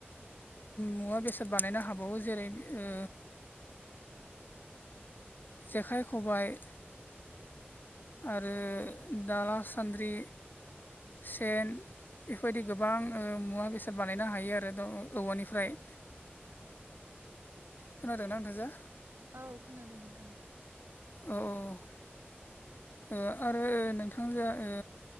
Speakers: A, on the left; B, on the right.
A: मुवा बेसाद बानायनो हाबावो जेरै ओ जेखाइ खबाय। आरो दाला सान्द्रि सेन बेफोरबायदि गोबां ओ मुवा बेसाद बानायनो हायो आरो द औवानिफ्राय। खोनादोंना नोंथांजो?
B: औ खोनादों नोंथां।
A: औ औ। ओ आरो नोंथांजो ओ